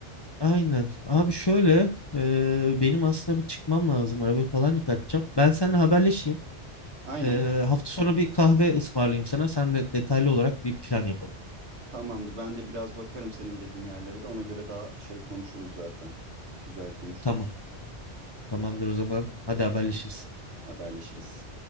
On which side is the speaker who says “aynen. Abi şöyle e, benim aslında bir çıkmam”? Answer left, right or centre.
Left